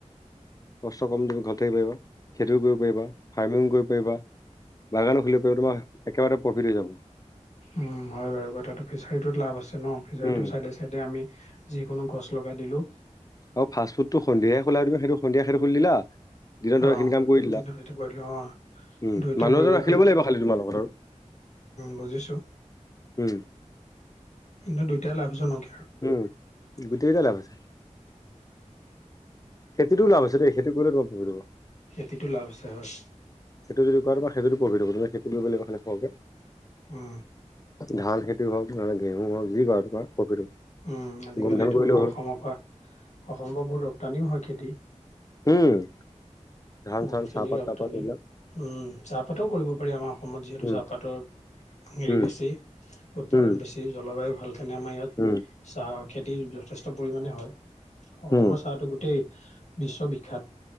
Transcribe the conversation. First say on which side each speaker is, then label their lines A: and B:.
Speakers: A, on the left; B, on the left.
A: কষ্ট কম দ, ঘৰতাক পাৰিবা খেতিও কৰিব পাৰিবা, ফাৰ্মিং কৰিব পাৰিবা। বাগানো খুলিব পাৰ তোমাৰ একেবাৰে প্ৰফিট হৈ যাব।
B: উম, হয় বাৰু তাতো ফিচাৰীটোত লাভ আছে ন, ফিচাৰী
A: উম।
B: চাইডে, চাইডে আমি যিকোনো গছ লগাই দিলোঁ।
A: অ, ফাষ্টফুডতো সন্ধিয়া খলাইম সেইটো সন্ধিয়া সেইটো খুল দিলা। দিনত ধৰ
B: অ,
A: সেইখিনি কাম কৰি দিলা
B: দিন যতি পিল অ,
A: উম
B: দুই
A: মানুহ
B: কৰিবাৰ
A: এজন ৰাখি ল'ব লাগিব খালি তোমাৰ লগত আৰু
B: বুজিছো।
A: উম।
B: কিন্তু দুইটাই লাভছো নক
A: উম, গট কটা লাবছে। খেতিটো লাভ আছে, দেই খেতি কৰিলে তোমাৰ পুব উম,
B: খেতিটো লাভ আছে হয়।
A: সেইটো যদি ক সেইটোত পঢ়ি থব তুম সেইটো কৰিব লাগিব খালে খওঁ
B: উম।
A: ধান খেতিও হওক নহলে, গেহু হওক যি ক তোমাৰ প্ৰফিট হ'ব।
B: উম, আজিকালটো
A: গোম ধান কৰিলেও
B: আমাৰ
A: হ'ল
B: অসমৰ পৰা অসমৰ পৰা বহুত ৰপ্তানিও হয় খেতি।
A: উম। ধান
B: বহুতখিনি
A: চান চাহপাত
B: ৰপ্তানি
A: তাহপাত এইবিলাক
B: উম, চাহপাতো কৰিব পাৰি আমাৰ অসমত যিহেতু
A: উম
B: চাহপাতৰ হেৰি
A: উম
B: বেছি উৎপাদন
A: উম
B: বেছি জলবায়ু ভাল কাৰণে আমাৰ ইয়াত
A: উম
B: চাহ খেতি যথেষ্ট পৰিমণে হয়। অসমৰ
A: উম
B: চাহটো গোটেই বিশ্ববিখ্যাত।